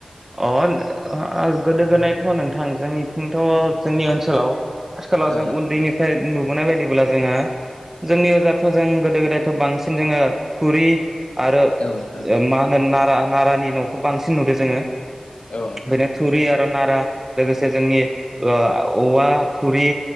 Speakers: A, on the right; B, on the left.
A: अ गोदो गोदायथ' नोंथां जोंनिथिंथ' जोंनि ओनसोलाव खाथि खाला
B: औ
A: जों
B: नोंथां
A: उन्दैनिफ्राय नुब <unintelligible> बायदिब्ला जोङो जोंनि ओजाथ' जों गोदो गोदायथ' बांसिन जोङो थुरि आरो ओ
B: औ नोंथां
A: मा होनो नारा नारानि न'खो बांसिन नुदो जोङो।
B: औ नोंथां
A: बेखायनो थुरि आ नारा लोगोसे जोंनि औवा थुरि